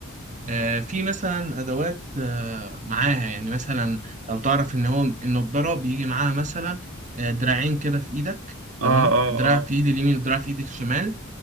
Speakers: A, on the right; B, on the right.
A: آه، في مثلا ادوات آه، معاها يعني مثلا لو تعرف ان هو النضاره بيجي معاها مثلا آه، دراعين كده في ايدك تمام
B: اه اه
A: دراع
B: اه
A: في ايد اليمين ودراع في ايد الشمال